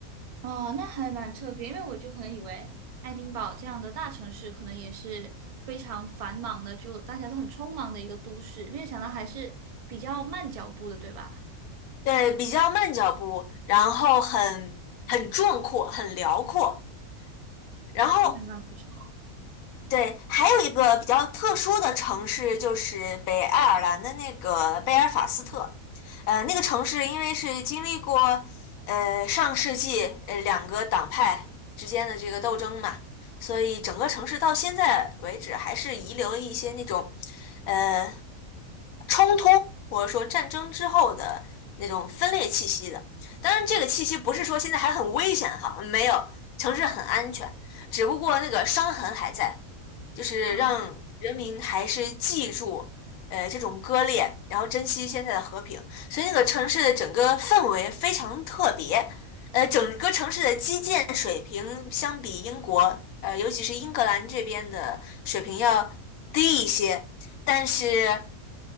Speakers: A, on the right; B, on the left.
A: 哦，那还蛮特别，因为我就可能以为爱丁堡这样的大城市可能也是非常繁忙的，就大家都很匆忙的一个都市，没有想到还是比较慢脚步的，对吧？
B: 对，比较慢脚步，然后很很壮阔，很辽阔，然后。
A: 那还蛮不错，
B: 对，还有一个比较特殊的城市就是北爱尔兰的那个贝尔法斯特，呃，那个城市因为是经历过呃上世纪呃两个党派之间的这个斗争嘛，所以整个城市到现在为止还是遗留了一些那种呃冲突或者说战争之后的那种分裂气息的。当然，这个气息不是说现在还很危险哈，没有，城市很安全，只不过那个伤痕还在。就是让人民还是记住，
A: 嗯，
B: 呃，这种割裂，然后珍惜现在的和平。所以那个城市的整个氛围非常特别，呃，整个城市的基建水平相比英国，呃，尤其是英格兰这边的水平要低一些，但是